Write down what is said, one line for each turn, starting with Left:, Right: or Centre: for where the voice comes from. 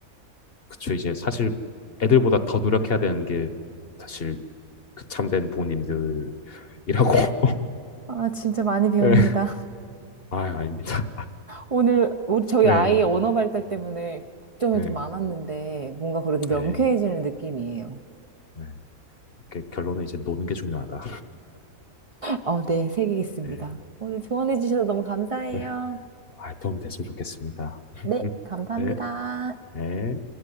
Left: 그쵸 이제 사실 애들보다 더 노력해야 되는 게 사실 그 참된 부모님들이라고. <laughs>
Right: 아, 진짜 많이 배웁니다.
Left: 예. 아유 아닙니다.
Right: 오늘 우리 저희
Left: 예,
Right: 아이의 언어 발달 때문에 걱정이
Left: 예,
Right: 좀 많았는데 뭔가 그래도 명쾌해지는
Left: 예,
Right: 느낌이에요.
Left: 예. 이렇게 결론은 이제 노는 게 중요하다.
Right: 어, 네, 새기겠습니다.
Left: 예,
Right: 오늘 조언해 주셔서 너무 감사해요.
Left: 예. 아, 도움이 됐으면 좋겠습니다. <laughs>
Right: 네, 감사합니다.
Left: 네. 네.